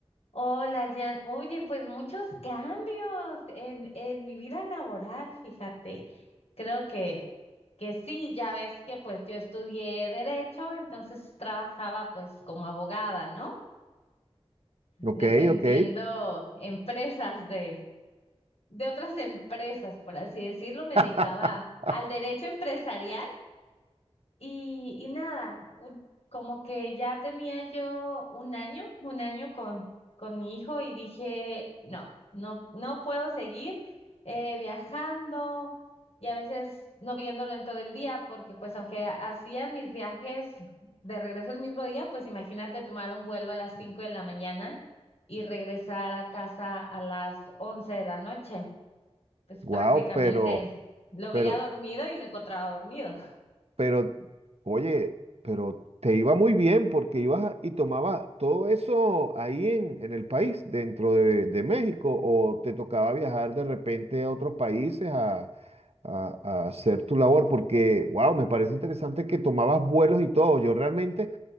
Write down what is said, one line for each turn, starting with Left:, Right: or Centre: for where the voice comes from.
Left: Hola, Jan. Oye, pues muchos cambios en, en mi vida laboral, fíjate. Creo que, que sí, ya ves que pues yo estudié derecho, entonces trabajaba pues como abogada, ¿no?
Right: Ok,
Left: Defendiendo
Right: ok.
Left: empresas de, de otras empresas, por así decirlo. Me
Right: <laughs>
Left: dedicaba al derecho empresarial y, y nada, u- como que ya tenía yo un año, un año con, con mi hijo y dije, no, no, no puedo seguir eh, viajando y a veces no viéndolo en todo el día, porque pues aunque hacían mis viajes de regreso el mismo día, pues imagínate tomar un vuelo a las 5 de la mañana y regresar a casa a las 11 de la noche. Pues prácticamente
Right: Wow, pero,
Left: lo
Right: pero,
Left: veía dormido y lo encontraba dormido.
Right: pero, oye, pero te iba muy bien porque ibas a- y tomabas todo eso ahí en, en el país, dentro de, de México, o te tocaba viajar de repente a otros países a, a- a hacer tu labor, porque, wow, me parece interesante que tomabas vuelos y todo. Yo realmente